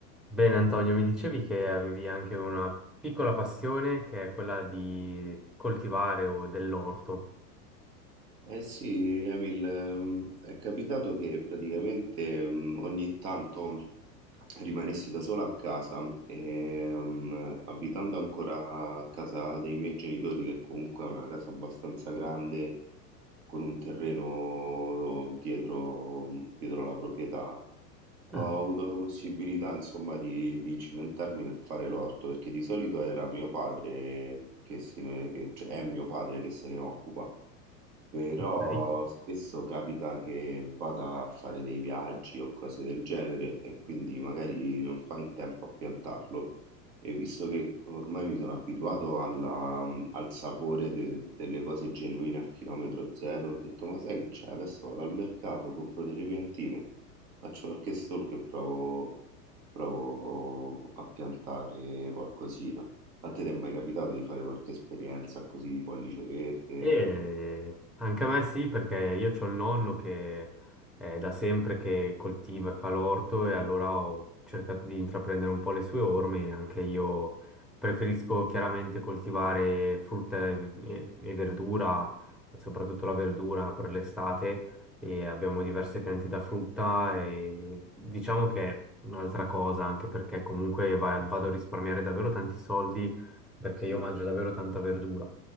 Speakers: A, in the centre; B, on the right.
A: Bene, Antonio, mi dicevi che avevi anche una piccola passione che è quella di coltivare o dell'orto.
B: Eh sì, Emil, ehm, è capitato che praticamente mm, ogni tanto rimanessi da solo a casa e mm, abitando ancora a casa dei miei genitori, che comunque è una casa abbastanza grande, con un terreno dietro, dietro la proprietà,
A: Mm,
B: ho avuto la possibilità, insomma, di, di cimentarmi nel fare l'orto, perché di solito era mio padre che, se ne- che- cioè, è mio padre che se ne occupa. Però
A: ok.
B: spesso capita che vada a fare dei viaggi o cose del genere e quindi magari non fa in tempo a piantarlo. E visto che ormai mi sono abituato alla- mm, al sapore de- delle cose genuine a chilometro zero, ho detto: Ma sai che c'è? Adesso vado al mercato, compro delle piantine, faccio qualche stalk e provo, provo a piantare qualcosina. A te ti è mai capitato di fare qualche esperienza così di pollice verde?
A: E anche a me sì, perché io ho il nonno che è da sempre che coltiva e fa l'orto e allora ho cercato di intraprendere un po' le sue orme. Anche io preferisco chiaramente coltivare frutta e, e- e verdura, e soprattutto la verdura per l'estate e abbiamo diverse piante da frutta e diciamo che è un'altra cosa, anche perché comunque vai- vado a risparmiare davvero tanti soldi perché
B: Sì,
A: io mangio davvero tanta verdura